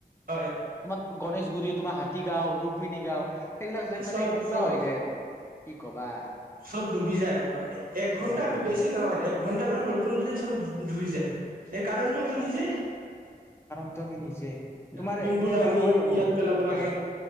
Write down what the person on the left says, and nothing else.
তোমাৰ গণেশগুৰি তোমাৰ হাতীগাঁও ৰুক্মিণী গাঁও সেইবিলাক যেন মানে
কিবা
হৈ যায় আৰু কি কবা
চব ডুবি যায়
হয়,
কাৰণটো আমি নিজে
তোমাৰ
এতিয়া চাগে
মই ভাবো
হয়